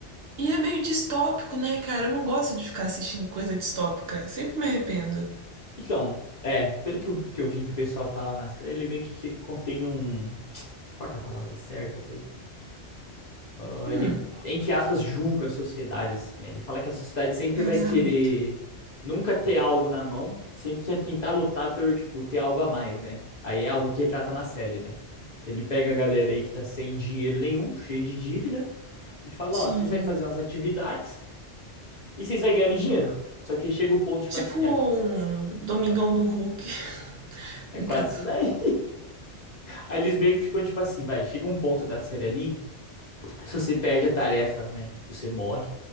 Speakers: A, on the right; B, on the left.
A: E é meio distópico, né, cara? Eu não gosto de ficar assistindo coisa distópica. Sempre me arrependo.
B: Então, é, pelo que eu, que eu vi que o pessoal fala na série, ele meio que, que contém um. Qual que é a palavra certa, velho? Ah,
A: Hum,
B: ele, entre aspas, julga a sociedade, assim, né? Ele fala que a sociedade sempre
A: exato.
B: vai querer nunca ter algo na mão, sempre quer tentar lutar pelo, tipo, ter algo a mais, né? Aí é algo que retrata na série, né? Então ele pega a galera aí que tá sem dinheiro nenhum, cheio de dívida, e fala,
A: Sim.
B: ó, vocês vão fazer umas atividades e vocês vão ganhando dinheiro. Só que chega o ponto, tipo
A: Tipo
B: assim,
A: um Domingão
B: Olha,
A: do Hulk. <laughs>
B: é
A: Tô brincando.
B: quase isso daí. Aí eles meio que ficam tipo assim, vai, chega um ponto da série ali, se você perde a tarefa, né, você morre.